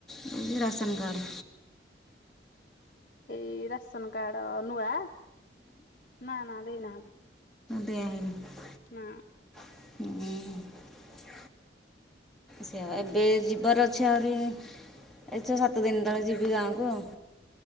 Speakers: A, in the centre; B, on the left.
A: ଏ ଯୋଉ ରାସନ୍ କାର୍ଡ।
B: ଏଇ ରାସନ କାର୍ଡ ନୂଆ ନା ନା ଦେଇନାହାନ୍ତି।
A: ଦିଆ ହେଇନି।
B: ନା।
A: ହୁଁଉ। ସେ ଏବେ ଯିବାର ଅଛି ଆହୁରି ଏ ଛଅ ସାତ ଦିନ ତଳେ ଯିବି ଗାଁକୁ ଆଉ।